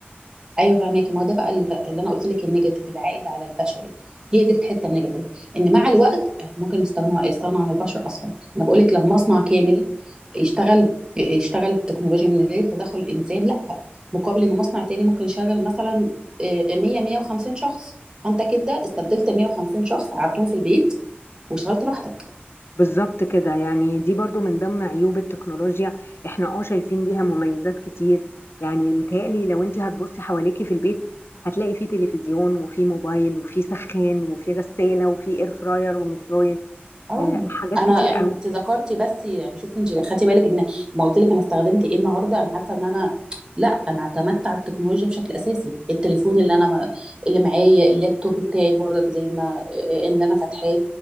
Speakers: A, on the right (about 20°); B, on the left (about 70°).
A: ايوه فهماكي ما هو ده بقى اللي اللي انا قلت لك النيجاتيف العائد على البشري هي دي الحته النيجاتيف ان مع الوقت آه، ممكن يستغنوا يستغنوا عن البشر اصلا انا بقول لك لما مصنع كامل يشتغل ب- يشتغل بتكنولوجيا من غير تدخل الانسان لا مقابل ان مصنع تاني ممكن يشغل مثلا آه، 100 150 شخص فانت كده استبدلت 150 شخص قعدتهم في البيت واشتغلت لوحدك
B: بالظبط كده يعني دي برضو من ضمن عيوب التكنولوجيا احنا اه شايفين ليها مميزات كتير يعني متهيألي لو انت هتبصي حواليكي في البيت هتلاقي فيه تلفزيون وفيه موبايل وفيه سخان وفيه غسالة وفيه اير فراير وميكرويف
A: اه
B: آه حاجات
A: انا
B: كتير
A: يعني
B: قوي
A: انت ذكرتي بس يعني شفت انت خدتي بالك ان ما قلت لك انا استخدمت ايه النهارده انا حاسه ان انا لا انا اعتمدت على التكنولوجيا بشكل اساسي التليفون اللي انا ما... اللي معايا اللابتوب بتاعي برضك زي ما ان انا فاتحاه